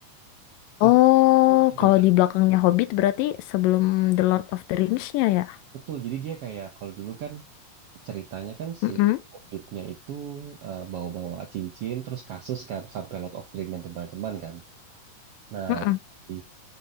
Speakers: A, on the right; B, on the left.
A: Tapi
B: Oh,
A: aku masih
B: kalau
A: baca.
B: di belakangnya Hobbit berarti sebelum The Lord of the Rings-nya ya.
A: Betul, jadi dia kayak kalau dulu kan ceritanya kan
B: Mm-mm.
A: si Hobbitnya itu eh, bawa-bawa cincin terus kasus kan sampai Lord of the Ring dan teman-teman kan. Nah,
B: Mm-mm.
A: di